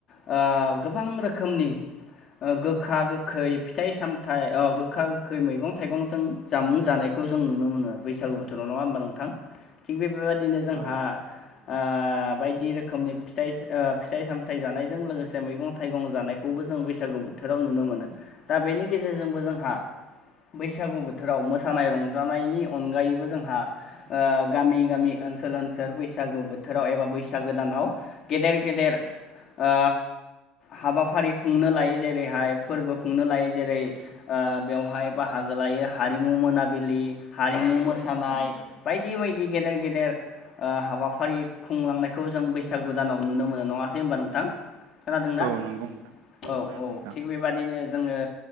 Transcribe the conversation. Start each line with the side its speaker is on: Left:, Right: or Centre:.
Left: आ गोबां रोखोमनि ओ गोखा गोखै फिथाइ सामथायाइ आ गोखा गोखै मैगं थाइगंजों जामुं जानाय खौ जों नुनो मोनो बैसागु बोथोराव नङा होमबा नोंथां। थिग बे बेबायदिनो जोंहा
Right: औ
Left: आ बायदि रोखोमनि फिथाइ आ फिथाइ सामथाइ जानायजों लोगोसे मैगं थाइगं जानायखौबो जों बैसागु बोथोराव नुनो मोनो दा बेनि गेजेरजोंबो जोंहा बैसागु बोथोराव मोसानाय रंजानायनि अनगायैबो जों हा ओ गामि गामि ओनसोल ओनसोल बैसागु बोथोराव एबा बैसागो दानाव गेदेर गदेर ओ हाबाफारि खुंनो लायो जेरैहाय फोरबो खुंनो लायो जेरै ओ बेवहाय बाहागो लायो हारिमु मोनाबिलि हारिमु मोसानाय बायदि बायदि गेदेर गेदेर आ हाबाफारि खुंलांनायखौ जों बैसागुदानाव नुनो मोनो नङासै होनबा नोंथां? खोनादोंना
Right: औ नंगौ नोंथां
Left: औ औ
Right: खोनादों नोंथां
Left: थिग बेबादिनो जोङो